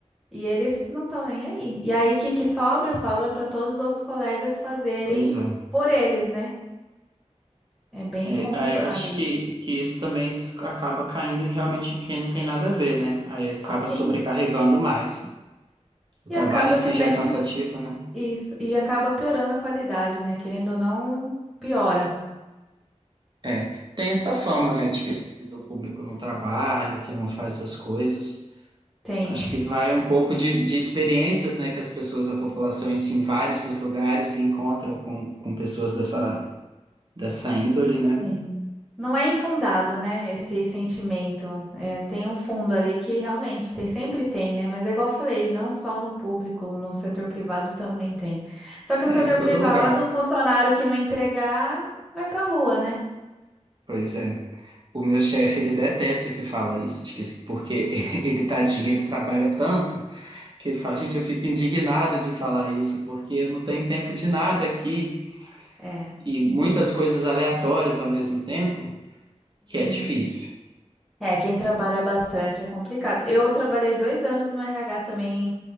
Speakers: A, in the centre; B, on the right.
A: E eles não estão nem aí. E aí, o que que sobra? Sobra para todos os outros colegas fazerem
B: pois é.
A: por eles, né? É bem
B: É,
A: complicado
B: é, acho
A: isso.
B: que, que isso também des- acaba caindo em- realmente em quem não tem nada a ver, né? Aí acaba
A: Sim,
B: sobrecarregando mais. O
A: e
B: trabalho
A: acaba
B: em si
A: também
B: já é cansativo, né?
A: isso, e acaba piorando a qualidade, né? Querendo ou não, piora.
B: É, tem essa fama, né, de que servidor público não trabalha, que não faz essas coisas.
A: Tem,
B: Acho que vai um pouco de, de experiências, né, que as pessoas, a população em si vai nesses lugares e encontram com, com pessoas dessa, dessa índole, né?
A: tem. <laughs> Não é infundado, né? Esse sentimento. É, tem um fundo ali que realmente tem, sempre tem, né? Mas é igual eu falei, não só no público, no setor privado também tem. Só que
B: É,
A: no setor
B: em todo
A: privado,
B: lugar.
A: o funcionário que não entregar vai pra rua, né?
B: Pois é. O meu chefe, ele detesta que fala isso, de que, porque <laughs> ele, tadinho, ele trabalha tanto, que ele fala, gente, eu fico indignado de falar isso, porque eu não tenho tempo de nada aqui,
A: É,
B: e muitas coisas aleatórias ao mesmo tempo. Que
A: sim.
B: é difícil.
A: É, quem trabalha bastante é complicado. Eu trabalhei dois anos no RH também